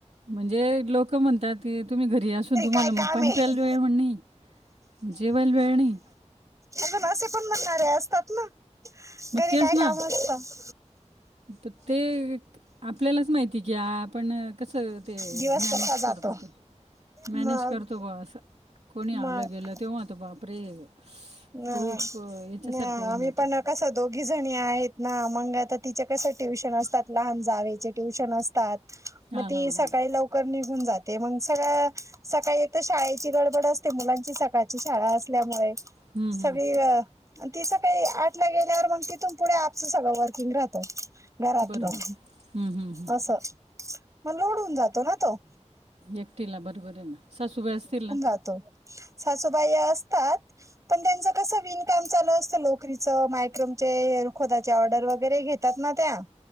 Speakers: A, on the right (about 60°); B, on the right (about 25°).
A: म्हणजे लोक म्हणतात. ते तुम्ही घरी असून तुम्हाला
B: काय
A: म
B: काम
A: पाणी
B: आहे
A: प्यायला वेळ वर नाही, म्हणणे जेवायला वेळ नई.
B: आजुन असे पण म्हणणारे असतात न,
A: मग
B: घरी
A: तेच
B: काय
A: ना
B: काम नसत?
A: तर ते, आपल्यालाच माहिती की आप आपण कसं ते
B: दिवस
A: मॅनेज
B: कसा जातो
A: करतो ते.
B: मग
A: मॅनेज करतो ब असं, कोणी
B: मग
A: आलं गेलं तेव्हा त आता बाप रे. स,
B: अ
A: खूप याच्यासारखं
B: ना
A: हुन
B: आम्ही
A: जातं.
B: पण कसं दोघी जणी आहेत ना मग आता तिच्या कसं ट्युशन असतात लहान जावेचे ट्यूशन असतात.
A: हां
B: म ती
A: हां
B: सकाळी
A: हां
B: लवकर निघून जाते मग सगळ सकाळी एक तर शाळेची गडबड असते मुलांची सकाळची शाळा असल्यामुळे.
A: हं,
B: सगळी
A: हं.
B: य, अन ती सकाळी आठला गेल्यावर म तिथून पुढे आपचं सगळं वर्किंग राहतं. घरातलं,
A: बरोबर हं, हं, हं.
B: असं, म लोडून हुन जातो ना तो?
A: एकटीला बरोबर आहे ना, सासूबाई असतील ना?
B: आतो. सासूबाई असतात. पण त्यांच कस विन काम चालू असतं लोकरीचं मायक्रोमचे एअर खोदाचे ऑर्डर वगैरे घेतात ना त्या?